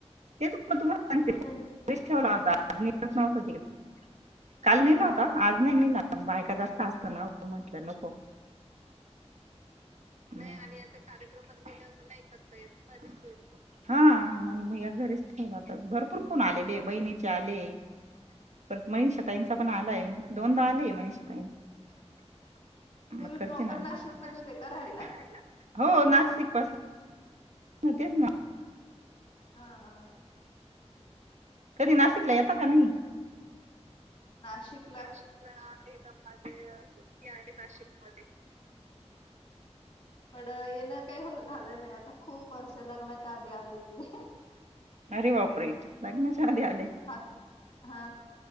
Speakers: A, on the right (about 90°); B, on the left (about 45°).
A: तेच म तुम्हाला सांगते
B: तुम
A: <unintelligible> ठेवला होता <unintelligible> काल नेला
B: हा
A: होता आज नाही नेला. बायका जास्त असता ना ओ म्हंटलं नको. नाही आणि आता कार्यक्रमात गेल्यावर नाही करता येत. हम्म. म या घरीच ठेवला आता भरपूर फोन आलेले बहिणीचे आले ये. परत मनीषा ताईंचा
B: हा
A: पण आलाय दोनदा आले मनीषा ताई चे
B: तुम्ही
A: मग करते
B: प्रॉपर
A: नाशिक
B: नाशिकमध्येच आहे का राहायला
A: हो नाशिक पासून हो तेच ना.
B: हा हा.
A: कधी नाशिकला येता का नाही.
B: नाशिक.
A: नाशिकला आहे ना माझे <unintelligible> आहे नाशिक मध्ये
B: पण येणं काही हो झालं नाही आता खूप वर्ष लग्नाच्या आधी आलेली आहे.
A: अरे बापरे! लग्नाच्या आधी आले.
B: आ हा